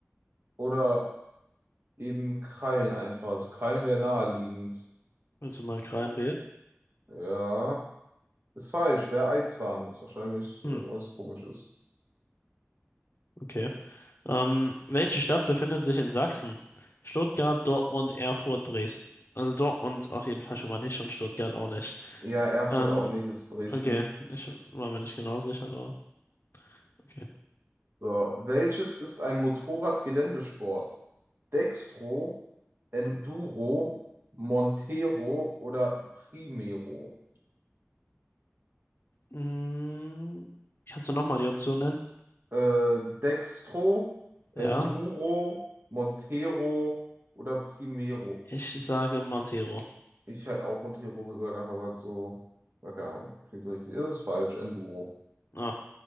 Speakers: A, on the right; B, on the left.
A: Oder eben Krallen einfach. Also Krallen wäre naheliegend.
B: Willst du mal rein
A: Ja, ist falsch. Wäre Eizahn. Ist wahrscheinlich
B: Hm,
A: irgendwas Komisches.
B: okay. Ähm, welche Stadt befindet sich in Sachsen? Stuttgart, Dortmund, Erfurt, Dresden. Also Dortmund auf jeden Fall schon mal nicht und Stuttgart auch nicht.
A: Ja, Erfurt
B: Ähm,
A: auch nicht, ist Dresden.
B: okay. Ich war mir nicht genau sicher, aber okay.
A: So, welches ist ein Motorrad Geländesport Dextro, Enduro, Montero oder Primero?
B: Hm, kannst du nochmal die Option nennen?
A: Äh, Dextro, Enduro,
B: Ja.
A: Montero oder Primero.
B: Ich
A: Ich,
B: sage Montero.
A: ich hätte auch Montero gesagt, einfach weil es so, na, keine Ahnung, klingt so richtig. Ist es falsch, Enduro.
B: Ah,